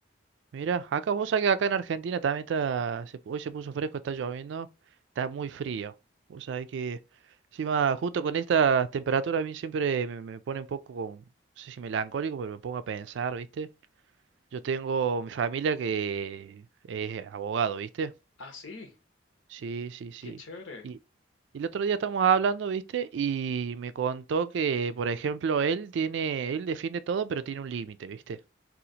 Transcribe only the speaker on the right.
mira, acá vos sabés que acá en Argentina también está, se- hoy se puso fresco, está lloviendo, está muy frío. Vos sabés que encima justo con esta temperatura a mí siempre me, me pone un poco, con- no sé si melancólico, pero me pongo a pensar, ¿viste? Yo tengo mi familia que es abogado, ¿viste?
Sí, sí, sí.
Y- y El otro día estábamos hablando, ¿viste? Y me contó que, por ejemplo, él tiene, él defiende todo, pero tiene un límite, ¿viste?